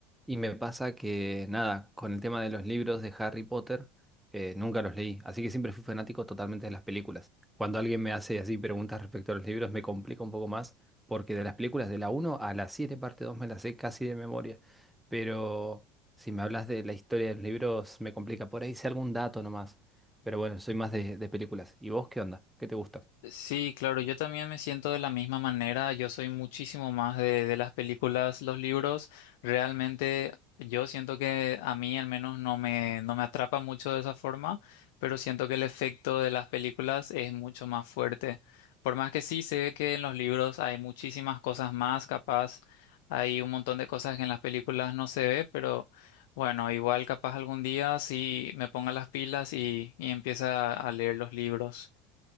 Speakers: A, in the centre; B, on the left (about 75°).
A: Y me pasa que, nada, con el tema de los libros de Harry Potter, eh, nunca los leí, así que siempre fui fanático totalmente de las películas. Cuando alguien me hace así preguntas respecto a los libros, me complica un poco más, porque de las películas de la uno a la 7 parte 2 me las sé casi de memoria. Pero si me hablas de la historia de los libros, me complica. Por ahí sé algún dato nomás. Pero bueno, soy más de, de películas. ¿Y vos qué onda? ¿Qué te gusta?
B: Sí, claro, yo también me siento de la misma manera, yo soy muchísimo más de, de las películas, los libros, realmente yo siento que a mí al menos no me, no me atrapa mucho de esa forma, pero siento que el efecto de las películas es mucho más fuerte. Por más que sí sé que en los libros hay muchísimas cosas más, capaz hay un montón de cosas que en las películas no se ve, pero bueno, igual capaz algún día sí me ponga las pilas y, y empieza a leer los libros.